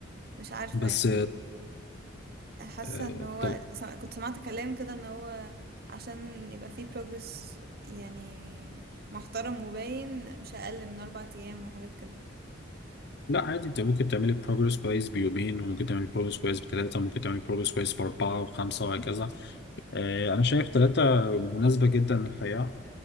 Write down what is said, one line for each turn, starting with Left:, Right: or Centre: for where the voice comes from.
Right: مش عارفة
Left: بس
Right: يعني حاسة
Left: آه،
Right: ان هو
Left: طل...
Right: سم... كنت سمعت كلام كده ان هو عشان يبقى فيه progress يعني محترم وباين مش اقل من اربع ايام وحاجات كده
Left: لا عادي انت ممكن تعملي بروجرس كويس بيومين وممكن تعملي بروجرس كويس بثلاثة وممكن تعملي بروجرس كويس بأربعة وخمسة وهكذا آه، انا شايف ثلاثة مناسبة جدا للحياة